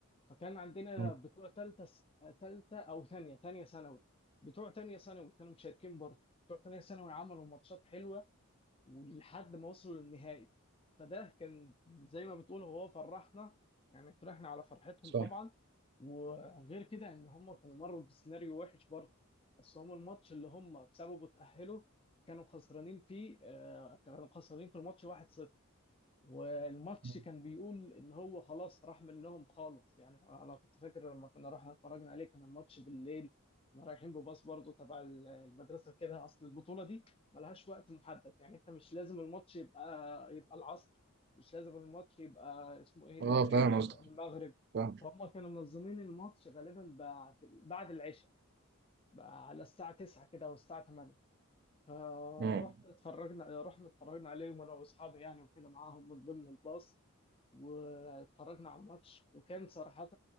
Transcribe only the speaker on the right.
مم.
صح
مم.
اه
فاهم
قصدك
فاهم
مم.